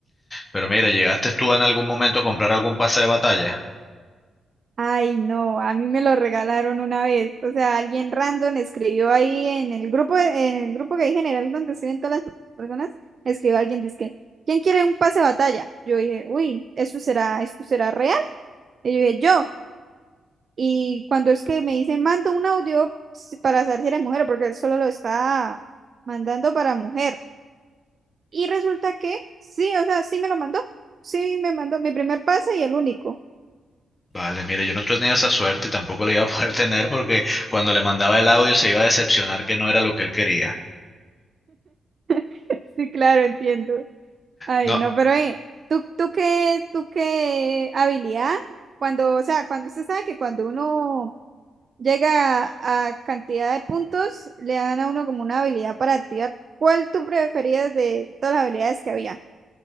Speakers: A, on the left (about 30°); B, on the right (about 55°).
A: Pero mira, ¿llegaste tú en algún momento a comprar algún pase de batalla?
B: Ay, no, a mí me lo regalaron una vez. O sea, alguien random escribió ahí en el grupo, en el grupo que hay general donde escriben todas las personas, escribió alguien, dice ¿quién quiere un pase de batalla? Yo dije, uy, ¿esto será, esto será real? Y yo dije, yo. Y cuando es que me dice, manda un audio s- para saber si eres mujer, porque él solo lo está mandando para mujer. Y resulta que sí, o sea, sí me lo mandó. Sí, me mandó mi primer pase y el único.
A: Vale, mira, yo no tenía esa suerte y tampoco la iba a poder <laughs> tener porque cuando le mandaba el audio se iba a decepcionar que no era lo que él quería.
B: <laughs> Sí, claro, entiendo. Ay,
A: No,
B: no, pero eh, ¿tú, tú qué, tú qué habilidad? Cuando, o sea, cuando usted sabe que cuando uno llega a, a cantidad de puntos, le dan a uno como una habilidad para activar. ¿Cuál tú preferías de todas las habilidades que había?